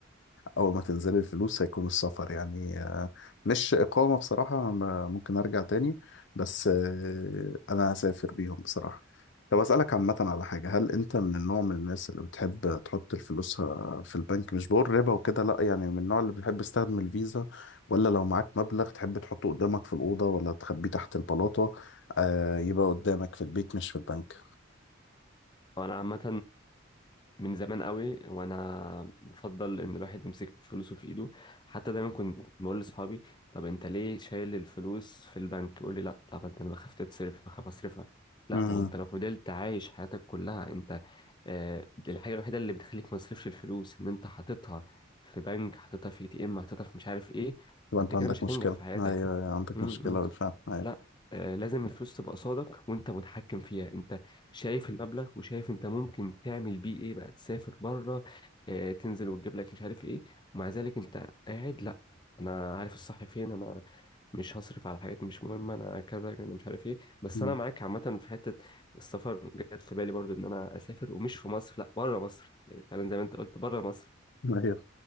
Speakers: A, on the left; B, on the left.
A: اول ما تنزل الفلوس هيكون السفر يعني آه، مش اقامه بصراحه ما- ممكن ارجع تاني بس آه، انا هسافر بيهم بصراحه طب أسألك عامة على حاجة هل أنت من النوع من الناس اللي بتحب تحط فلوسها في البنك مش بقول ربا وكده لأ يعني من النوع اللي بتحب تستخدم الفيزا ولا لو معاك مبلغ تحب تحطه قدامك في الأوضة ولا تخبيه تحت البلاطة آه يبقى قدامك في البيت مش في البنك
B: انا عامه من زمان قوي وانا بفضل ان الواحد يمسك فلوسه في ايده حتى دايما كنت بقول لاصحابي طب انت ليه شايل الفلوس في البنك يقول لي لا طب انت انا بخاف تتصرف بخاف اصرفها لا
A: امم
B: ما هو انت لو فضلت عايش حياتك كلها انت آه الحاجه الوحيده اللي بتخليك ما تصرفش الفلوس ان انت حاططها في بنك حاططها في اي تي ام حاططها في مش عارف ايه
A: يبقى
B: فانت
A: أنت
B: كده
A: عندك
B: مش
A: مشكلة
B: هتنجح في حياتك
A: أيوه أيوة، عندك
B: امم،
A: مشكلة
B: امم.
A: بالفعل أيوه
B: لا آه، لازم الفلوس تبقى صادق وانت متحكم فيها انت شايف المبلغ وشايف انت ممكن تعمل بيه ايه بقى تسافر بره آه، تنزل وتجيب لك مش عارف ايه ومع ذلك انت قاعد لا انا عارف الصح فين انا مش هصرف على حاجات مش مهمه انا كذا انا مش عارف ايه بس
A: مم.
B: انا معاك عامه في حته السفر جت في بالي برضو ان انا اسافر ومش في مصر لا بره مصر يعني فعلا زي ما انت قلت بره مصر
A: <laughs> أيوه